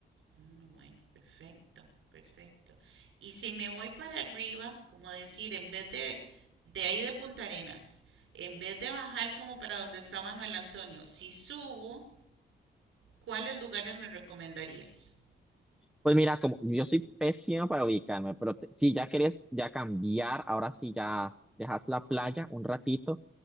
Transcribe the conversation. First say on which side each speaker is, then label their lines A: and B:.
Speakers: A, on the right (about 85°); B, in the centre.
A: Mm, Bueno, perfecto, perfecto. Y si me voy para arriba, como decir, en vez de, de ahí de Punta Arenas, en vez de bajar como para donde está Manuel Antonio, si subo ¿Cuáles lugares me recomendarías?
B: Pues mira, como yo soy pésimo para ubicarme, pero te- si ya querés ya cambiar, ahora sí ya dejas la playa un ratito,